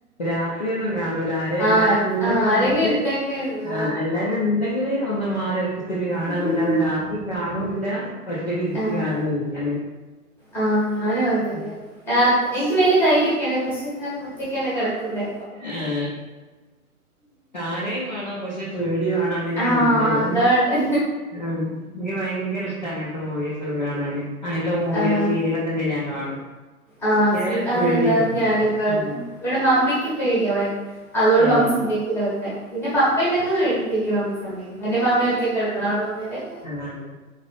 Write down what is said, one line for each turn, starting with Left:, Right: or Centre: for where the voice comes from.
Left: രാത്രിയൊന്നും കാണൂലാ ആരെ
Centre: ആഹ്
Left: എല്ലാരും ഇള്ള
Centre: ആഹ്
Left: സമയത്ത്
Centre: ആരെങ്കിലും ഉണ്ടെങ്കി ഉള്ളൂ
Left: ആഹ് എല്ലാരും ഇണ്ടെങ്കില് ഒന്ന് മാറി കുത്തിരിന്ന് കാണാന്നല്ലാതെ
Centre: ആഹ്
Left: രാത്രി കാണൂല്ലാ ഒറ്റക്കി <unintelligible>
Centre: ആഹ്
Left: കാണോ ഇല്ലാ അങ്ങനെ
Centre: ആഹ് ഞാനും അതന്നെ
Left: ഉം
Centre: രാത് എനിക്ക് വല്ല്യ ധൈര്യൊക്കെയാണെ പക്ഷെ എന്നാലും ഒറ്റക്കല്ലേ കെടക്കുന്നെ
Left: ആഹ് കാണെ വേണം പക്ഷെ പേടിയുവാണ് അങ്ങനെയാണ്
Centre: ആഹ്
Left: ഇൻ്റെത്
Centre: അതാണ്
Left: ആഹ് എനിക്ക് ഭയങ്കര ഇഷ്ട്ടാ അങ്ങനത്തെ മൂവീസൊക്കെ കാണാന് അങ്ങനത്തെ മൂവിയോ
Centre: ആഹ്
Left: സീരിയലൊക്കെ ഇണ്ടെങ്കി ഞാൻ കാണും.
Centre: ആഹ്
Left: പക്ഷേ
Centre: സീ അതെ
Left: പേടിയുവാണ്
Centre: അതെ അത് ഞാനും കാണും
Left: ഉം
Centre: ഇവിടെ മമ്മിക്ക് പേടിയാ ഭയ അതുകൊണ്ട്
Left: ഏഹ്
Centre: മമ്മി സമ്മയ്ക്കില്ലാ വെക്കാൻ പിന്നെ പപ്പ ഇണ്ടെങ്കി <unintelligible> <unintelligible> മമ്മി സമ്മയ്ക്കും അല്ലെ മമ്മി ഒറ്റക്ക് കെടക്കണം അതോണ്ട് മമ്മി പറയും
Left: ആഹ് ആഹ്